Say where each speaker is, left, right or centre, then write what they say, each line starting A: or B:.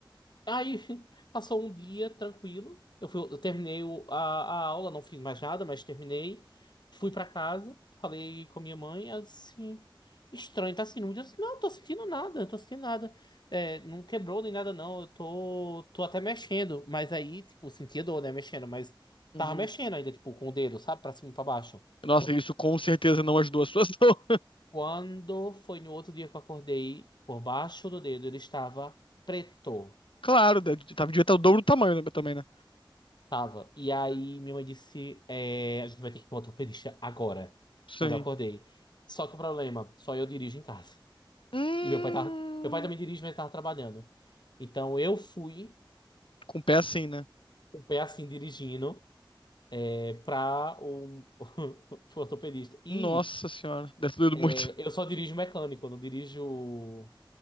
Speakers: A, on the left; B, on the left.
A: Aí <laughs> passou um dia tranquilo. Eu fui, eu terminei o- a, a aula, não fiz mais nada, mas terminei. Fui pra casa, falei com a minha mãe, ela disse assim, estranho, tá sentindo muito? Eu disse, não, tô sentindo nada, tô sentindo nada. É, não quebrou nem nada, não. Eu tô, tô até mexendo. Mas aí, tipo, sentia dor, né? Mexendo, mas
B: Uhum.
A: tava mexendo ainda, tipo, com o dedo, sabe? Pra cima e pra baixo.
B: Nossa, isso com certeza não ajudou a situação <laughs>
A: Quando foi no outro dia que eu acordei, por baixo do dedo, ele estava preto.
B: Claro, né, de- tava devia estar o dobro do tamanho né, também, né?
A: Tava. E aí minha mãe disse: é, a gente vai ter que ir com o ortopedista agora,
B: Sim.
A: quando eu acordei. Só que o problema, só eu dirijo em casa.
B: Hum,
A: E meu pai tava, meu pai também dirige, mas tava trabalhando. Então eu fui,
B: com o pé assim, né?
A: com o pé assim, dirigindo, é, pra o, <laughs> pro ortopedista. E
B: Nossa senhora, deve ter doído
A: é,
B: muito.
A: eu só dirijo mecânico, eu não dirijo